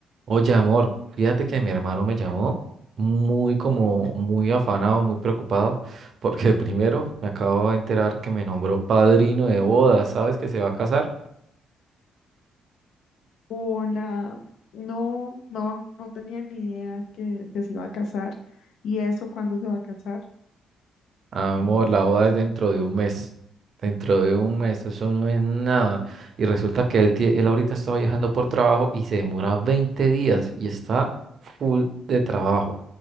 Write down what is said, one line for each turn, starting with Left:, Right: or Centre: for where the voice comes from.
Right: Oye, amor, fíjate que mi hermano me llamó muy como muy afanado, muy preocupado, <laughs> porque primero me acabo de enterar que me nombró padrino de boda, ¿sabes que se va a casar?
Left: Hola, no, no, no no tenía ni idea que, que se iba a casar. ¿Y eso cuándo se va a casar?
Right: Amor, la boda es dentro de un mes. Dentro de un mes, eso no es nada. Y resulta que él, tie- él ahorita está viajando por trabajo y se demora 20 días y está full de trabajo.